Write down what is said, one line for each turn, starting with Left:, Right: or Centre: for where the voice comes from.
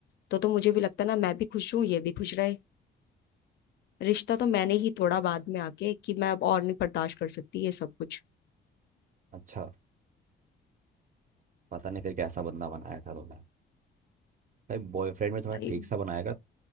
Left: तो तो मुझे भी लगता ना मैं भी खुश हूँ ये भी खुश रहे रिश्ता तो मैंने ही तोड़ा बाद में आके कि मैं अब और नहीं बर्दाश्त कर सकती ये सब कुछ
Right: अच्छा पता नहीं फिर कैसा बंदा बनाया था तुमने भाई बॉयफ्रेंड में थोड़ा
Left: भाई
Right: ठीक सा बनाएगा